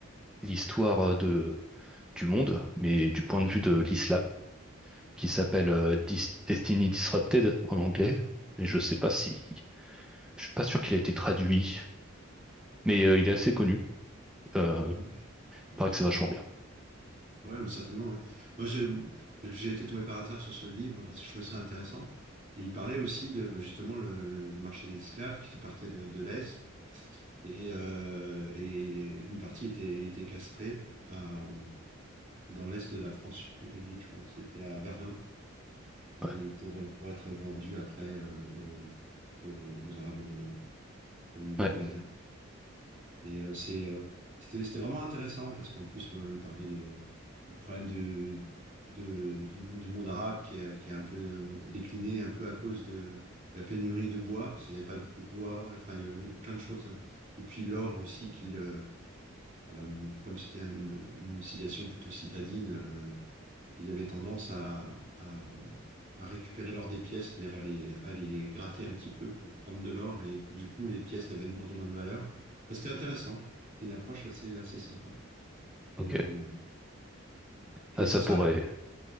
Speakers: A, in the centre; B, on the right.
A: l'histoire euh, de, du monde, mais du point de vue de l'islam, qui s'appelle euh, Dis- Destiny Disrupted en anglais. Mais je sais pas si, je suis pas sûr qu'il a été traduit, mais euh, il est assez connu. Euh,
B: Ah oui, je,
A: paraît
B: je
A: que c'est
B: connais
A: vachement
B: pas.
A: bien.
B: Ouais, mais certainement. Oui. Moi, je- j'ai été tombé par hasard sur ce livre parce que je trouvais ça intéressant. Et il parlait aussi de bah, justement le, le- le marché des esclaves qui partait de, de l'Est et, euh, et une partie était, était castrée à, dans l'Est de la France. Je sais plus quelle ville, je crois que c'était à Verdun. et
A: Ouais,
B: pour, euh, pour être vendu après euh, aux, aux- aux Arabes dans- au niveau
A: ouais,
B: du Maghreb. Mais euh, c'est, euh, c'était, c'était vraiment intéressant parce qu'en plus, moi, il parlait des, des problèmes de, de- du, du monde arabe qui a, qui a un peu euh, décliné, un peu à cause de la pénurie de bois, parce qu'ils n'avaient pas beaucoup de bois, enfin, il y avait plein de choses. Et puis l'or aussi, qu'il, euh, euh, comme c'était une, une citation plutôt citadine, euh, ils avaient tendance à, à- à récupérer l'or des pièces, c'est-à-dire à les, à les gratter un petit peu pour prendre de l'or, et du coup, les pièces avaient de moins en moins de valeur. Enfin, c'était intéressant, c'est une approche assez, assez sympa. Et,
A: ok.
B: euh, et
A: Ah, ça
B: sans ça,
A: pourrait,